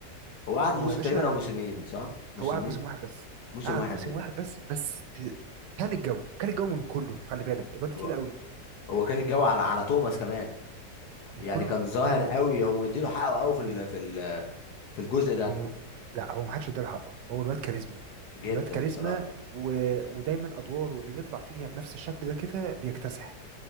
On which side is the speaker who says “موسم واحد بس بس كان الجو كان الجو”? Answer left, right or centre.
Right